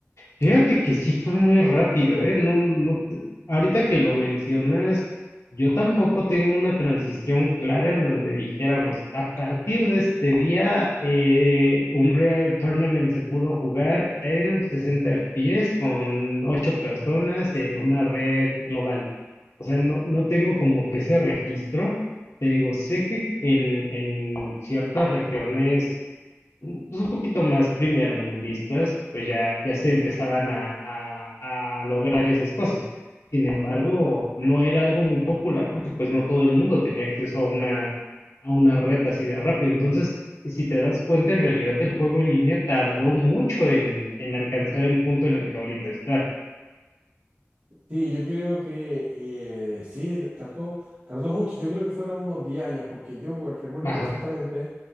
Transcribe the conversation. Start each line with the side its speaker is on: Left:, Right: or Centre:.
Left: Fíjate que sí fue muy rápido, ¿eh? No, no, te- ahorita que lo mencionas, yo tampoco tengo una transición clara en donde dijéramos, a partir de este día, eh, Unreal Tournament se pudo jugar en 60 FPS con 8 personas en una red global. O sea, no, no tengo como que ese registro. Te digo, sé que en, en ciertas regiones, mm, pues un poquito más primermundistas, pues ya, ya se empezaban a, a, a lograr esas cosas. Sin embargo, no era algo muy popular porque pues no todo el mundo tenía acceso a una, a una red así de rápido. Entonces, si te das cuenta, en realidad el juego en línea tardó mucho en, en alcanzar el punto en el que ahorita está.
Right: Sí, yo creo que eh, sí, t- tardó, tardó mucho. Yo creo que fueron unos 10 años, porque yo we- recuerdo
Left: Ajá,
Right: perfectamente